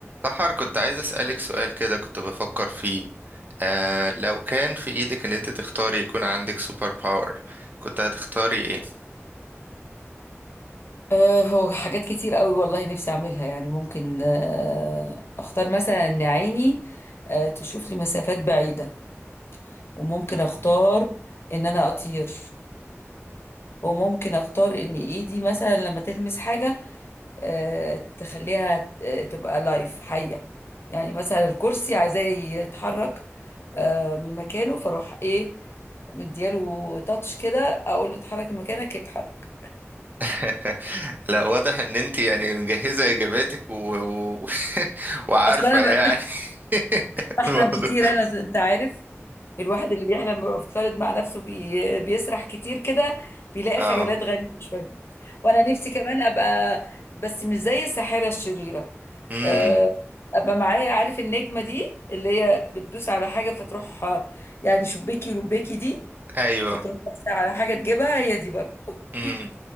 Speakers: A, on the right; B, on the left.
A: سحر كنت عايز أسألك سؤال كده كنت بفكر فيه آه لو كان في إيدك إن أنت تختاري يكون عندك سوبر باور كنت هتختاري إيه؟
B: آه، هو حاجات كتير قوي والله نفسي اعملها يعني ممكن آه، اختار مثلا ان عيني آه، تشوف لي مسافات بعيدة وممكن
A: تمام
B: اختار ان انا اطير وممكن اختار ان ايدي مثلا لما تلمس حاجة آه، تخليها ت- آه، تبقى لايف حية يعني مثلا الكرسي عايزاه يتحرك آه، من مكانه فاروح ايه مدياله تاتش كده اقول له اتحرك من مكانك يتحرك
A: <laughs> لا واضح إن أنت يعني مجهزة إجاباتك و... و... <laughs> وعارفة
B: اصلا انا
A: يعني
B: ب-
A: <laughs>
B: بحلم
A: الموضوع
B: كتير انا انت عارف الواحد اللي بيحلم ويفترض مع نفسه بي... بيسرح كتير كده بيلاقي
A: آه
B: خيالات غريبة شوية وانا نفسي كمان ابقى بس مش زي الساحرة الشريرة
A: امم
B: أه، ابقى معايا عارف النجمة دي اللي هي بتدوس على حاجة فتروح آه، يعني شباكي رباكي دي
A: أيوه
B: فتروح بس على حاجة تجيبها هي دي برضه
A: امم
B: <laughs>